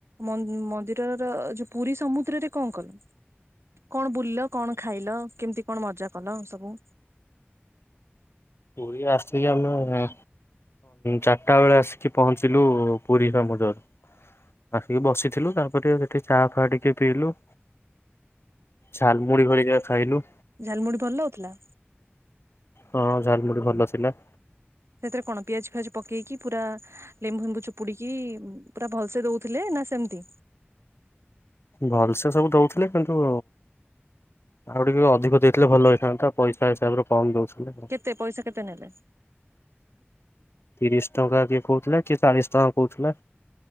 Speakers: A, on the right (about 85°); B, on the left (about 70°).
A: ମନ୍ଦିରର ଯୋଉ ପୁରୀ ସମୁଦ୍ରରେ କଣ କଲ କଣ ବୁଲିଲ କଣ ଖାଇଲ କେମିତି କଣ ମଜା କଲ ସବୁ
B: ପୁରୁରୀ ଆସିକି ଆମେ ଚାରିଟା ବେଳେ ଆସ କିଛି ପହଞ୍ଚିଲୁ ପୁରୀ ସମୁଦର ଆସିକି ବସିଥିଲୁ ତାପରେ ସେଠି ଚା ଫା ଟିକେ ପିଇଲୁ ଝାଲମୁଢ ଭଳିିକା ଖାଇଲୁ
A: ଝାଲମୁଢି ଭଲ ଲାଗଥିଲା?
B: ହଁ, ଝାଲମୁଢ଼ି ଭଲ ଥିଲା।
A: ସେଥିରେ କଣ ପିଆଜ ଫିଆଜ ପକେଇକି ପୁରା ଲେମ୍ବୁ ଫେମ୍ବୁ ଚୁପୁଡିକି ପୁରା ଭଲସେ ଦଉଥିଲେ ନା ସେମତି?
B: ଭଲସେ ସବୁ ଦଉଥିଲେ କିନ୍ତୁ ଆଉ ଟିକେ ଅଧିକ ଦେଇଥିଲେ ଭଲ ହେଇଥାନ୍ତା ପଇସା ହିସାବରେ କମ ଦଉଛନ୍ତି।
A: କେତେ ପଇସା କେତେ ନେଲେ?
B: ତିରିଶ ଟଙ୍କା କିଏ କହୁଥିଲେ କିଏ ଚାଳିଶ ଟଙ୍କା କହୁଥିଲା।